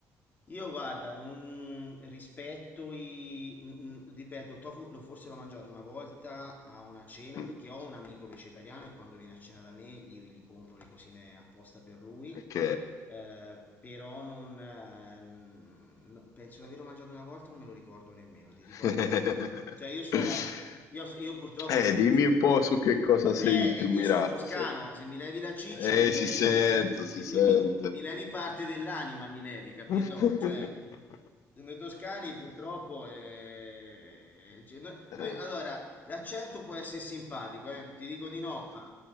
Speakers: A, on the left; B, on the left.
A: Io guarda, non rispetto i... n- n- ripeto, il tofu lo forse l'ho mangiato una volta a una cena
B: Mm,
A: perché ho un amico vegetariano e quando viene a cena da me gli, gli compro le cosine apposta per lui,
B: Ok.
A: Eh, però non... ehm, no- penso di averlo mangiato una volta, non me lo ricordo nemmeno, ti
B: <laughs>
A: dico la verità. Cioè io sono... Io, so- io purtroppo
B: Eh,
A: sono...
B: dimmi un po' su che cosa sei
A: Eh,
B: più
A: eh,
B: mirato.
A: io sono toscano,
B: se-
A: se mi levi la ciccia
B: Eh,
A: mi levi,
B: si sente,
A: mi,
B: si sente.
A: mi, mi levi parte dell'anima, mi levi, capito?
B: <laughs>
A: Cioè, noi toscani purtroppo eh, cioè, noi,
B: Eh.
A: noi- allora, l'accento può essere simpatico, eh, ti dico di no, ma-